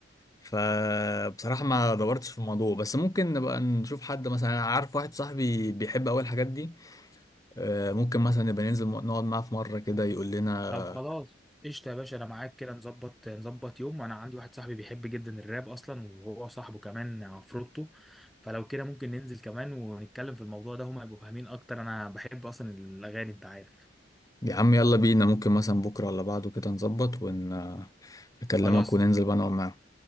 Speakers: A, on the left; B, in the centre.
A: فبصراحة ما دورتش في الموضوع بس ممكن نبقى نشوف حد مثلا أنا عارف واحد صاحبي بيحب أوي الحاجات دي آه، ممكن مثلا نبقى ننزل نقعد معاه في مرة كده يقول لنا
B: طب خلاص قشطة يا باشا أنا معاك كده نظبط نظبط يوم وأنا عندي واحد صاحبي بيحب جدا الراب أصلا وهو صاحبه كمان عفروتو فلو كده ممكن ننزل كمان ونتكلم في الموضوع ده هما يبقوا فاهمين أكتر أنا بحب أصلا الأغاني أنت عارف
A: يا عم يلا بينا ممكن مثلا بكرة ولا بعده كده نظبط ون أكلمك
B: خلاص
A: وننزل بقى نقعد معاه